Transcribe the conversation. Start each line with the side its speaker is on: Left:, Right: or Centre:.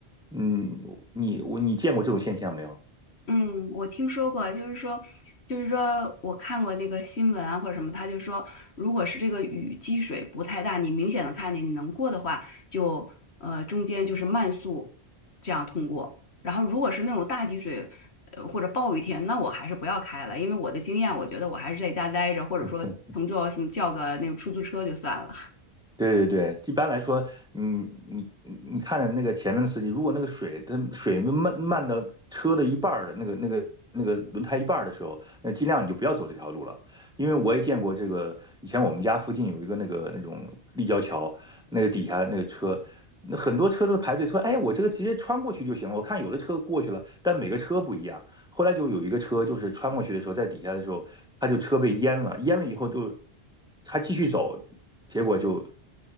Centre: 嗯，你我你见过这种现象没有？
Left: 嗯，我听说过，就是说，就是说我看过那个新闻啊或者什么，他就说，如果是这个雨积水不太大，你明显的看见你能过的话，就呃中间就是慢速这样通过。然后如果是那种大积水，呃或者暴雨天，那我还是不要开了，因为我的经验，我觉得我还是在家待着，或者说乘坐什么叫个那个出租车就算了。
Centre: 嗯对对对，一般来说，嗯，你你你看的那个前面的司机，如果那个水它水漫漫到车的一半儿的那个那个那个轮胎一半儿的时候，那尽量你就不要走这条路了，因为我也见过这个，以前我们家附近有一个那个那种立交桥，那个底下那个车，那很多车都排队，说哎呀，我这个直接穿过去就行了。我看有的车过去了，但每个车不一样，后来就有一个车，就是穿过去的时候，在底下的时候，他就车被淹了，淹了以后就他继续走，结果就